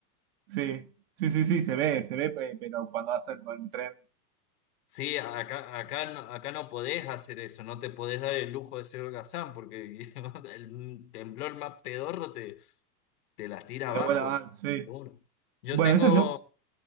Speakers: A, on the right; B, on the left.
A: sí, sí, sí, sí, se ve, se ve, pe- pero cuando hasta en el tren,
B: Sí, acá, acá, no- acá no podés hacer eso, no te podés dar el lujo de ser holgazán porque <laughs> el temblor más pedorro te, te las tira
A: pero
B: abajo.
A: vuela mal, sí.
B: seguro. Yo
A: Bueno,
B: tengo,
A: eso es loco.